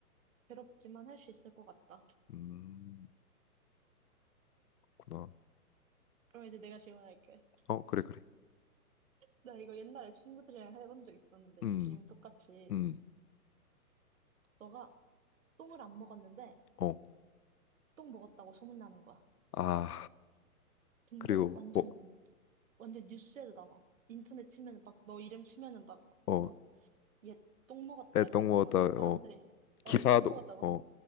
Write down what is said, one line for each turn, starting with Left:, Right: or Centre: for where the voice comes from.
Right: 괴롭지만 할 수 있을 것 같다.
Left: 음, 구나.
Right: 그럼 이제 내가 질문할게.
Left: 어 그래 그래.
Right: 나 이거 옛날에 친구들이랑 해본 적 있었는데,
Left: 음,
Right: 이 질문 똑같이.
Left: 음,
Right: 너가 똥을 안 먹었는데,
Left: 어.
Right: 똥 먹었다고 소문나는 거야.
Left: 아
Right: 근데
Left: 그리고
Right: 완전,
Left: 뭐
Right: 완전 뉴스에도 나와. 인터넷 치면은 막, 너 이름 치면은 막,
Left: 어,
Right: 막, 얘 똥 먹었다
Left: 애떡
Right: 약간
Left: 먹었다.
Right: 이런 거 다 사람들이,
Left: 어 기사도
Right: 어, 얘 똥 먹었다 막,
Left: 어